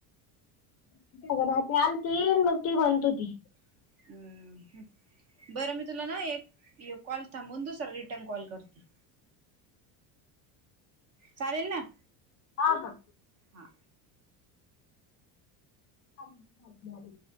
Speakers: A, on the left; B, on the right.
A: <unintelligible>
B: अ हंम्म बर मी तुला ना एक एक कॉल थांबुन दुसरा रिटर्न कॉल करती. चालेल ना?
A: हा हा
B: हा
A: थांब मागन आले.